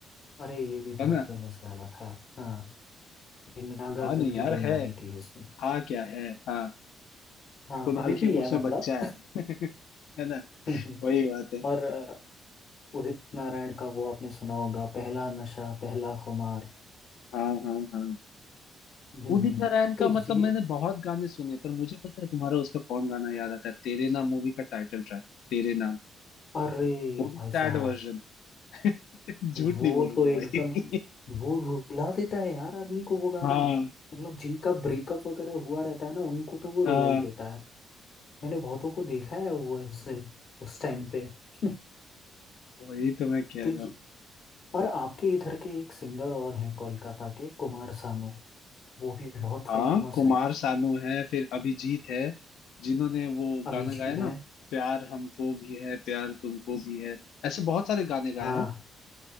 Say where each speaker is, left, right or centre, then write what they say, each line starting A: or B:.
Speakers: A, on the left; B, on the left.
A: अरे ये भी बहुत
B: है ना
A: फेमस गाना था हाँ ये नागार्जुन
B: हाँ नहीं
A: की
B: यार
A: कोई
B: है
A: मूवी थी उसमें
B: हाँ क्या है हाँ
A: हाँ
B: कुणाल
A: अभी भी
B: खेमू
A: है
B: उसमें
A: मतलब
B: बच्चा है <laughs> है ना
A: <laughs>
B: वही बात है
A: और अ, उदित नारायण का वो आपने सुना होगा पहला नशा पहला खुमार
B: हाँ हाँ हाँ
A: हम्म
B: उदित
A: हम्म,
B: नारायण
A: तो
B: का
A: ये
B: मतलब मैंने बहुत गाने सुने पर मुझे पता है तुम्हारा उसका कौन गाना याद आता है तेरे नाम मूवी का टाइटल ट्रैक तेरे नाम
A: अरे
B: वो भी
A: भाई
B: सैड
A: साहब
B: वर्जन <laughs> झूठ
A: वो
B: नहीं बोलूंगा
A: तो एकदम
B: भाई
A: वो रुला देता है यार आदमी को वो गाना
B: हाँ
A: मतलब जिनका ब्रेकअप वगैरह हुआ रहता है ना उनको तो वो
B: हाँ
A: रुला ही देता है मैंने बहुतों को देखा है वो ऐसे उस टाइम पे <laughs>
B: वही तो मैं कह
A: तो ये
B: रहा हूँ
A: और आपके इधर के एक सिंगर और हैं कोलकाता के कुमार सानू वो भी बहुत
B: हाँ
A: फेमस
B: कुमार
A: हैं
B: सानू है फिर अभिजीत है जिन्होंने वो
A: अभिजीत
B: गाना गाया ना
A: हैं
B: प्यार हमको भी है प्यार तुमको भी है ऐसे बहुत सारे गाने गाए
A: हाँ
B: हैं